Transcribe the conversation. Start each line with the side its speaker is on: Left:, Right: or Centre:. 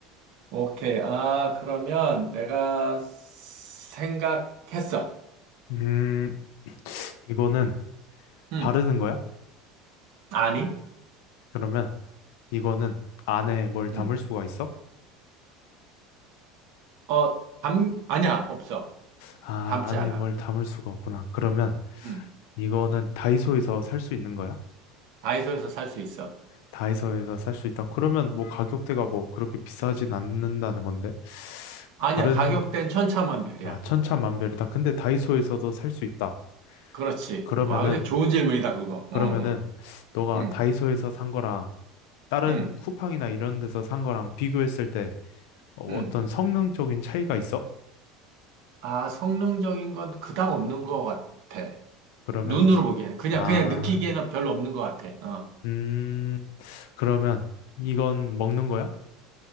Right: 오케이. 아, 그러면 내가 생각했어.
Left: 음, 이거는
Right: 음,
Left: 바르는 거야?
Right: 아니?
Left: 그러면 이거는 안에 뭘 담을
Right: 음,
Left: 수가 있어?
Right: 어, 담, 아니야, 없어.
Left: 아,
Right: 담지
Left: 안에
Right: 않아.
Left: 뭘 담을 수가 없구나. 그러면
Right: 음,
Left: 이거는 다이소에서 살 수 있는 거야?
Right: 다이소에서 살 수 있어.
Left: 다이소에서 살 수 있다. 그러면 뭐 가격대가 뭐 그렇게 비싸진 않는다는 건데
Right: 아니야,
Left: 바르는
Right: 가격대는
Left: 게
Right: 천차만별이야.
Left: 아, 천차만별이다. 근데 다이소에서도 살 수 있다.
Right: 그렇지.
Left: 그러면은
Right: 와, 근데 좋은 질문이다, 그거.
Left: 그러면은
Right: 어,
Left: 너가
Right: 응,
Left: 다이소에서 산 거랑 다른
Right: 응,
Left: 쿠팡이나 이런 데서 산 거랑 비교했을 때 어,
Right: 응.
Left: 어떤 성능적인 차이가 있어?
Right: 아, 성능적인 건 그닥 없는 것 같아.
Left: 그러면
Right: 눈으로
Left: 기-
Right: 보기에는. 그냥,
Left: 아,
Right: 그냥 느끼기에는 별로 없는 것 같아. 어,
Left: 음, 그러면 이건 먹는 거야?